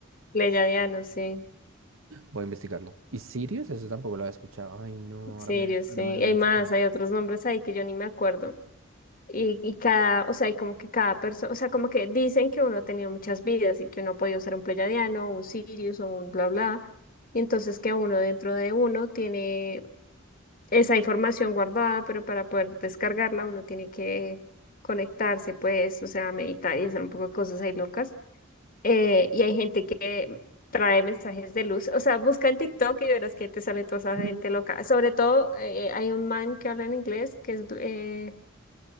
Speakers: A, on the left; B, on the right.
A: Pleyadianos, sí,
B: Voy a investigarlo. ¿Y Sirius? Eso tampoco lo había escuchado. Ay, no,
A: Sirius,
B: ahora me, ahora
A: sí. Y
B: me dio mucha
A: hay más,
B: curiosidad.
A: hay otros nombres ahí que yo ni me acuerdo. Y, y cada, o sea, y como que cada persona, o sea, como que dicen que uno ha tenido muchas vidas y que uno ha podido ser un pleyadiano, un Sirius o un bla bla. Y entonces que uno dentro de uno tiene esa información guardada, pero para poder descargarla uno tiene que conectarse, pues, o sea, meditar y hacer un poco de cosas ahí locas. Eh, y hay gente que trae mensajes de luz, o sea, busca en TikTok y verás que te sale toda esa
B: Ujú.
A: gente loca. Sobre todo, eh, hay un man que habla en inglés que es eh,